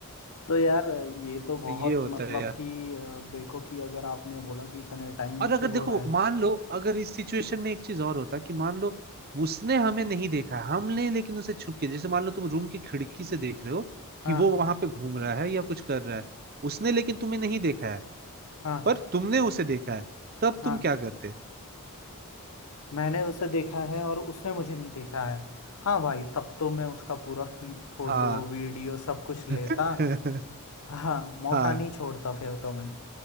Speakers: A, on the left (about 85°); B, on the right (about 45°).
A: तो यार ये तो बहुत
B: तो ये होता
A: मतलब
B: है यार
A: कि अ, देखो कि अगर आपने बोला कि इतने टाइम
B: और अगर
A: से
B: देखो
A: वो रह
B: मान लो अगर इस सिचुएशन में एक चीज और होता कि मान लो उसने हमें नहीं देखा हमने लेकिन उसे छुप के जैसे मान लो तुम रूम की खिड़की से देख रहे हो कि
A: हाँ
B: वो वहां पे घूम रहा है या कुछ कर रहा है उसने लेकिन तुम्हें नहीं देखा है
A: हाँ
B: पर तुमने उसे देखा है तब
A: हाँ
B: तुम क्या करते
A: मैंने उसे देखा है और उसने मुझे नहीं देखा है हाँ भाई तब तो मैं उसका पूरा फी- फोटो
B: हाँ
A: वीडियो सब कुछ लेता
B: <laughs>
A: हाँ मौका
B: हाँ
A: नहीं छोड़ता फिर तो मैं